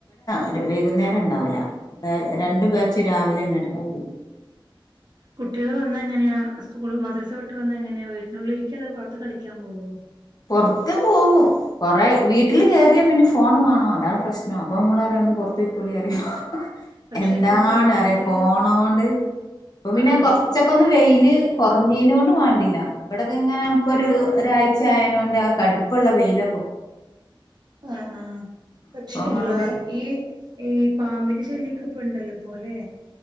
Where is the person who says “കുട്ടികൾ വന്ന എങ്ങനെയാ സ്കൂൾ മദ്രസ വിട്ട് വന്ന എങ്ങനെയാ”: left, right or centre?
Right